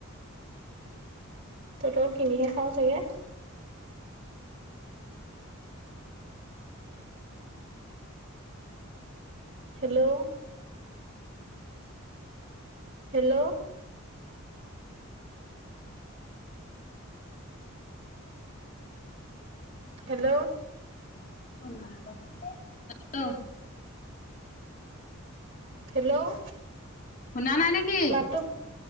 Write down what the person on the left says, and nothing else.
hello
শুনা নাই নেকি?